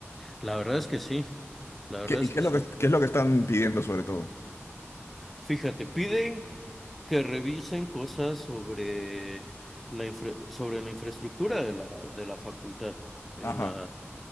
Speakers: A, in the centre; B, on the left (about 65°).
A: La verdad es que sí, la verdad
B: ¿Qué,
A: es
B: y qué
A: que
B: es
A: sí.
B: lo que, qué es lo que están pidiendo sobre todo?
A: Fíjate, piden que revisen cosas sobre la infra- sobre la infraestructura de la, de la facultad. En
B: Ajá.
A: la,